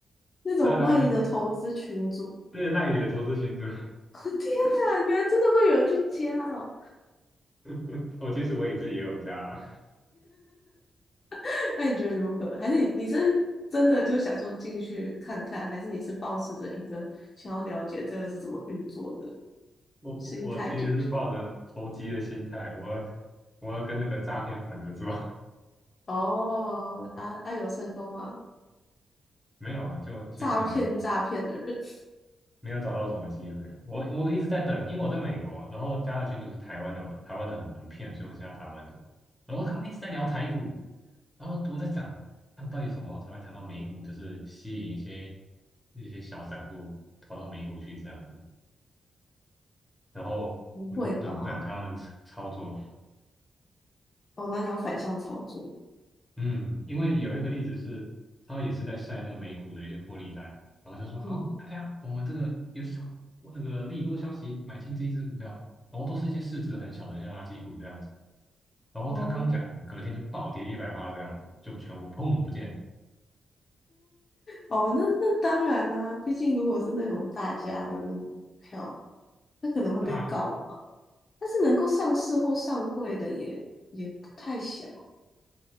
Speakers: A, on the left; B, in the centre.
A: 那种赖的投资群组。
B: 当然，对啊，这是赖野的投资群组。
A: <laughs> 天哪，原来真的会有人去加哦！
B: <laughs> 我其实我也自己也有加啊
A: <laughs> 那你觉得如何？还是你你是真的就想说进去看看，还是你是抱持着一个想要了解这个是怎么运作的
B: 我我我其实是抱着投机的心态，
A: 心态进去？
B: 我我要跟那个诈骗反着做。<laughs>
A: 哦，啊啊，有成功啊！
B: 没有啊，就其实也没。
A: 诈骗诈骗的人，
B: 没有找到什么机会。我我一直在等，因为我在美国，然后加的群主是台湾的嘛，台湾的很很骗，所以我现在台湾的。然后他们一直在聊台股，然后我在想，他们到底什么时候才会谈到美股，就是吸引一些一些小散户跑到美股去这样子。然后我就等等他们操操作，
A: <laughs> 不会吧？哦，那你要反向操作。
B: 嗯，因为有一个例子是，他也是在晒那个美股的一些获利单，然后就说好，
A: 嗯，
B: 大家我们这个有小那个利多消息买进这一只股票，然后都是一些市值很小的一些垃圾股这样子，然后他刚讲完隔天就暴跌一百趴这样子，
A: 哦
B: 就全部砰不见，
A: 哦，那那当然啦、毕竟如果是那种大家的那种股票，那可能会被告嘛。
B: 大
A: 但是能够上市或上柜的也也不太小